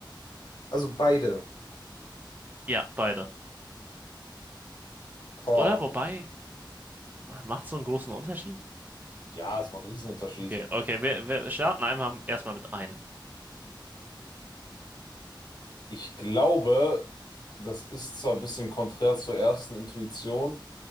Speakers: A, on the left; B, on the right.
A: also beide.
B: Ja, beide.
A: Boah.
B: Oder wobei, macht so einen großen Unterschied?
A: Ja, es war ein Riesenunterschied.
B: Okay, okay, wir, wir starten einfach erstmal mit ein.
A: Ich glaube, das ist zwar ein bisschen konträr zur ersten Intuition,